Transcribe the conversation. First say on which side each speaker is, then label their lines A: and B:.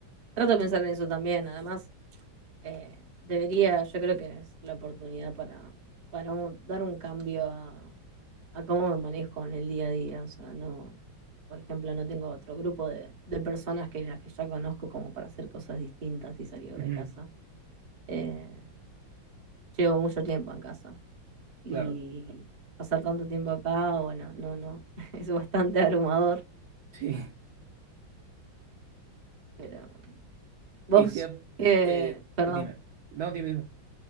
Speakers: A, on the right; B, on the right.
A: Trato de pensar en eso también. Además, eh, debería, yo creo que es la oportunidad para, para un- dar un cambio a a cómo me manejo en el día a día. O sea, no, por ejemplo, no tengo otro grupo de, de personas que las que ya conozco como para hacer cosas distintas y salir
B: Ujú.
A: de casa. Eh, llevo mucho tiempo en casa y
B: Claro,
A: pasar tanto tiempo acá, bueno, no, no, <laughs> es bastante abrumador.
B: sí.
A: Pero vos,
B: Y te...
A: eh,
B: Eh,
A: perdón.
B: dime. No, dime, dime.